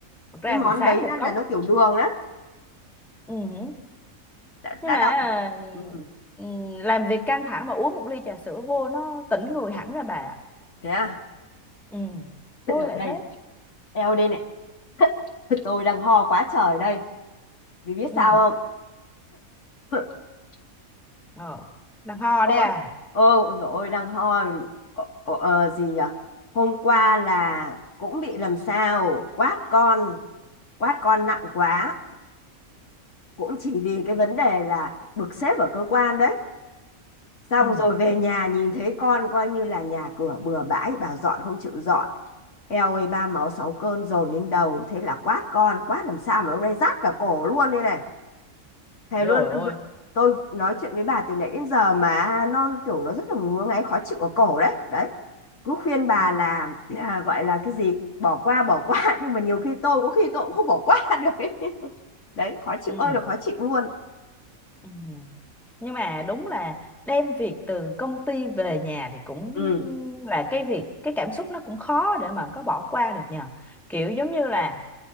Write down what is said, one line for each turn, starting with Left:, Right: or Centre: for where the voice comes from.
Centre: thật ra
Left: Cái món
Centre: thì sáng
Left: đấy á,
Centre: một
Left: là
Centre: cốc
Left: nó tiểu đường á.
Centre: ừ.
Left: Đã,
Centre: nhưng
Left: đã
Centre: mà
Left: đọc. Ừ,
Centre: ừ, làm việc căng thẳng mà uống một ly trà sữa vô nó tỉnh người hẳn ra bà ạ.
Left: thế à.
Centre: ừ tôi
Left: Thế Được
Centre: lại
Left: đây
Centre: thế
Left: này. Eo đây này. <laughs> Tôi đang ho quá trời đây. Vì biết
Centre: ừ
Left: sao không? <laughs>
Centre: ờ đang ho
Left: Ôi.
Centre: đấy à
Left: Ôi dồi ôi, đang ho. Ờ, ờ, ờ, gì nhở Hôm qua là cũng bị làm sao. Quát con. Quát con nặng quá. Cũng chỉ vì cái vấn đề là bực sếp ở cơ quan đấy Xong
Centre: ừ
Left: rồi về nhà nhìn thấy con coi như là nhà cửa bừa bãi bảo dọn không chịu dọn. Eo ơi ba máu sáu cơn dồn đến đầu thế là quát con quát làm sao mà hôm nay rát cả cổ luôn đây này. Thề
Centre: rồi
Left: luôn
Centre: ôi
Left: tôi, vẫn- tôi nói chuyện với bà từ nãy đến giờ mà nó kiểu nó rất là ngứa ngáy khó chịu ở cổ đấy. Đấy. Cứ khuyên bà
Centre: ừ
Left: là à, gọi là cái gì bỏ qua bỏ qua <laughs> nhưng mà nhiều khi tôi có khi tôi cũng không bỏ qua <laughs> được ấy. Đấy khó chịu
Centre: ừ,
Left: ơi là khó chịu luôn.
Centre: ừ. nhưng mà đúng là đem việc từ công ty về nhà thì cũng
Left: Ừ.
Centre: là cái việc cái cảm xúc nó cũng khó để mà có bỏ qua được nhờ kiểu giống như là